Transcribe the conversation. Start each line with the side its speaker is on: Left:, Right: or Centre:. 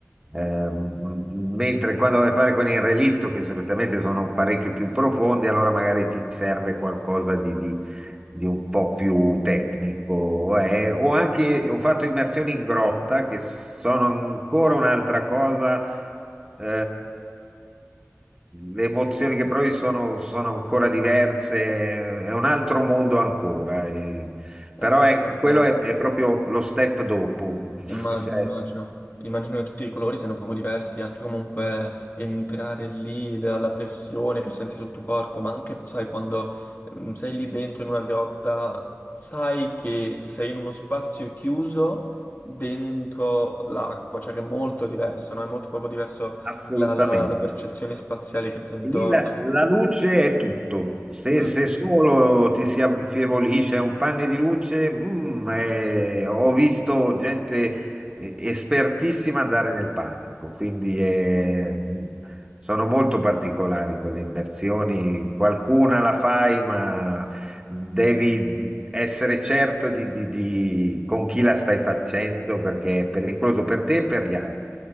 Right: Ehm, m- mentre quando vai a fare quelli in relitto, che solitamente sono parecchio più profondi, allora magari ti serve qualcosa di, di- di un po' più tecnico. eh. Ho anche ho fatto immersioni in grotta che sono ancora un'altra cosa. eh, le emozioni che provi sono, sono ancora diverse, è un altro mondo ancora. eh.
Left: Eh
Right: Però
Left: no,
Right: ecco,
Left: certo.
Right: quello è, è proprio lo step dopo,
Left: Immagino,
Right: <laughs> Cioè,
Left: immagino, immagino che tutti i colori siano proprio diversi, anche comunque entrare lì, la, la pressione che senti sul tuo corpo, ma anche, sai, quando mm, sei lì dentro in una grotta, sai che sei in uno spazio chiuso dentro l'acqua, cioè che è molto diverso, no? È molto proprio diverso
Right: assolutamente.
Left: la, la- la percezione spaziale che ti è intorno.
Right: E Lì la, la luce è tutto. Se,
Left: Mm,
Right: se solo ti si affievolisce un panne di luce, mm, eh, ho visto gente eh, espertissima andare nel panico. Quindi eh, mm, sono molto particolari quelle immersioni. Qualcuna la fai, ma devi essere certo di, di- di- con chi la stai facendo perché è pericoloso per te e per gli altri.